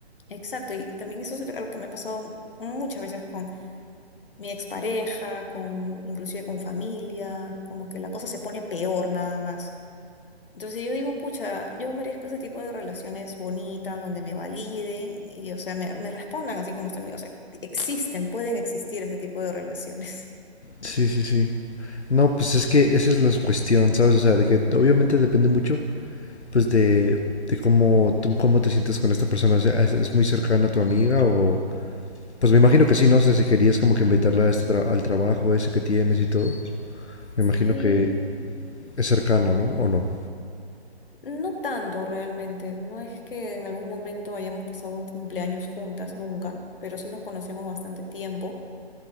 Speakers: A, on the left; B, on the left.
A: Exacto, y también eso es algo que me ha pasado muchas veces con mi expareja, con inclusive con familia, como que la cosa se pone peor nada más. Entonces yo digo, pucha, yo merezco ese tipo de relaciones bonitas donde me validen y, o sea, me, me respondan así como están, o sea, existen, pueden existir ese tipo de relaciones.
B: Sí, sí, sí. No, pues es que esa es la cuestión, ¿sabes? O sea, de que obviamente depende mucho, pues de, de cómo tú, cómo te sientes con esta persona, o sea, ¿es, es muy cercana a tu amiga o... Pues me imagino que sí, no sé si querías como que invitarla a este tra- al trabajo ese que tienes y todo. Me imagino
A: Sí,
B: que es cercana, ¿no? ¿O no?
A: no tanto realmente. No es que en algún momento hayamos pasado un cumpleaños juntas, nunca, pero sí nos conocemos bastante tiempo.